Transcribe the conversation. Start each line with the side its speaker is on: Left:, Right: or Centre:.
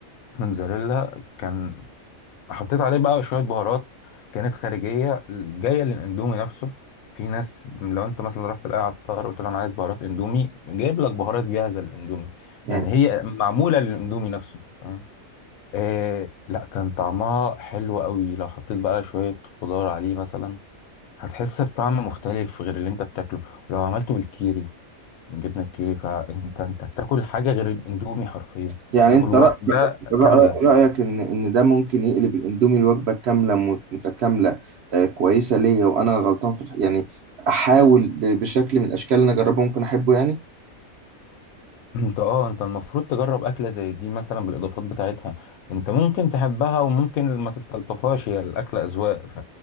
Left: موتزاريلا كان حطيت عليه بقى شويه بهارات كانت خارجيه جايه للاندومي نفسه في ناس لو انت مثلا رحت لاي عطار قلت له انا عايز بهارات اندومي جايب لك بهارات جاهزه للاندومي
Right: مم.
Left: يعني هي معموله للاندومي نفسه فاهم آه لا كان طعمها حلو قوي لو حطيت بقى شويه خضار عليه مثلا هتحس بطعم مختلف غير اللي انت بتاكله ولو عملته بالكيري بالجبنه الكيري فانت انت بتاكل حاجه غير الاندومي حرفيا
Right: يعني
Left: تاكل
Right: انت
Left: وجبه
Right: رأ... رأ...
Left: كامله <laughs>
Right: رأيك ان ان ده ممكن يقلب الاندومي الوجبة كاملة مت- متكاملة آه كويسة ليا وانا غلطان في الح... يعني احاول ب... بشكل من الاشكال اللي انا اجربه ممكن احبه يعني
Left: <clears throat> انت اه انت المفروض تجرب اكله زي دي مثلا بالاضافات بتاعتها انت ممكن تحبها وممكن ما تستلطفهاش هي الاكله اذواق ف